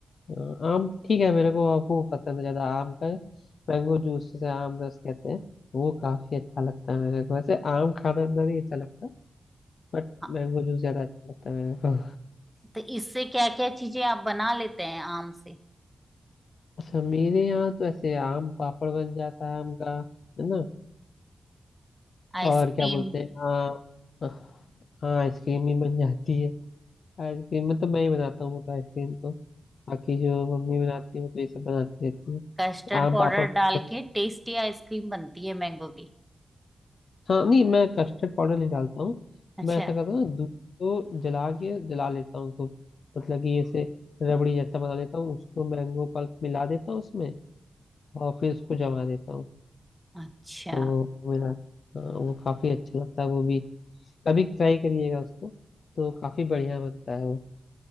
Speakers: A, on the left; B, in the centre.
A: हाँ, आम ठीक है मेरे को अब वो पसंद है ज़्यादा आम का मैंगो जूस जिसे आम रस कहते हैं वो काफ़ी अच्छा लगता है मेरे को वैसे आम खाना इतना नहीं अच्छा लगता बट
B: हाँ,
A: मैंगो जूस ज़्यादा अच्छा लगता है मेरे को
B: तो इससे क्या क्या चीजें आप बना लेते हैं आम से
A: अच्छा मेरे यहाँ तो ऐसे आम पापड़ बन जाता है आम का है ना
B: आइसक्रीम
A: और क्या बोलते हैं हाँ हाँ आइसक्रीम ही बन जाती है आइसक्रीम में तो मैं ही बनाता हूँ वो तो आइसक्रीम तो बाकी जो मम्मी बनाती है वो तो ये सब बनाती रहती है
B: कस्टर्ड
A: आम
B: पाउडर
A: पापड़ पापड़।
B: डाल के टेस्टी आइसक्रीम बनती है मैंगो की
A: हाँ नहीं मैं कस्टर्ड पाउडर नहीं डालता हूँ
B: अच्छा
A: मैं ऐसा करता हूँ ना दूध को जला के जला लेता हूँ खूब मतलब कि ऐसे रबड़ी जैसा बना लेता हूँ उसको मैंगो पल्प मिला देता हूँ उसमें और फिर उसको जमा देता हूँ
B: अच्छा
A: तो वो मेरा हाँ, वो काफी अच्छा लगता है वो भी कभी ट्राई करिएगा उसको तो काफी बढ़िया बनता है वो